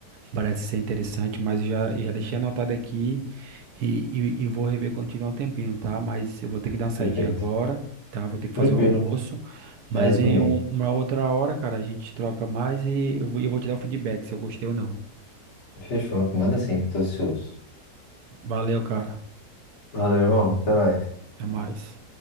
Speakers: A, on the right (about 75°); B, on the left (about 45°).
A: parece ser interessante, mas eu já, eu já deixei anotado aqui e, e, e vou rever quando tiver um tempinho, tá? Mas eu vou ter que dar uma saidinha
B: Perfeito.
A: agora, tá? Vou ter que
B: Tranquilo.
A: fazer o almoço, mas
B: É, eu também.
A: em um- uma outra hora, cara, a gente troca mais e eu vou, eu vou te dar o feedback se eu gostei ou não.
B: Fechou. Manda sim, tô ansioso.
A: Valeu, cara,
B: Valeu, irmão. Até mais.
A: até mais.